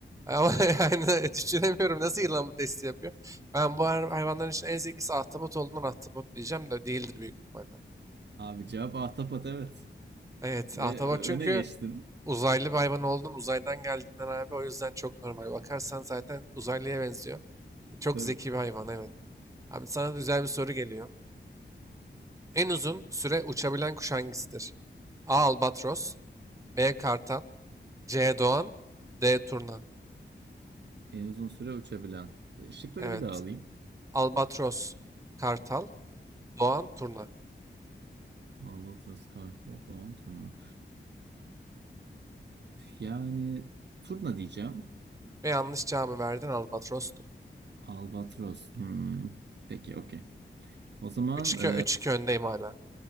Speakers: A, on the right; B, on the right.
A: Ama <laughs> yani düşünemiyorum nasıl yılan bu testi yapıyor. Ben bu hay- hayvanların için en zekisi ahtapot olduğundan ahtapot diyeceğim de değildir büyük ihtimalle.
B: Abi cevap ahtapot evet.
A: Evet
B: Ve
A: ahtapot
B: ö-
A: çünkü
B: öne geçtin.
A: Uzaylı bir hayvan oldun, uzaydan geldiğinden abi o yüzden çok normal. Bakarsan zaten uzaylıya benziyor. Çok
B: Tabii.
A: zeki bir hayvan evet. Abi sana güzel bir soru geliyor. En uzun süre uçabilen kuş hangisidir? A. Albatros B. Kartal C. Doğan D. Turna
B: En uzun süre uçabilen. Şıkları
A: Evet.
B: bir daha alayım.
A: Albatros, Kartal, Doğan, Turna.
B: Albatros, Kartal, Doğan, Turna. Yani turna diyeceğim.
A: Ve yanlış cevabı verdin Albatros'tu.
B: Albatros. Hmm, Peki okey. O zaman
A: Üç 2
B: e,
A: üç 2 öndeyim hala.